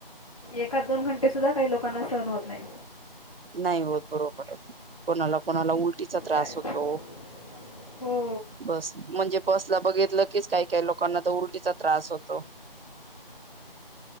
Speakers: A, on the left (about 35°); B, on the right (about 75°).
A: एका दोन घंटे सुद्धा काही लोकांना सहन होत नाही
B: नाही होत बरोबर कोणाला कोणाला उल त्रासहोत
A: काय लोकांना उलटीचा त्रास होतो हो
B: म्हणजे बस ला बघितलं की काही काय लोक लोकांना तो उलटीचा त्रास होतो.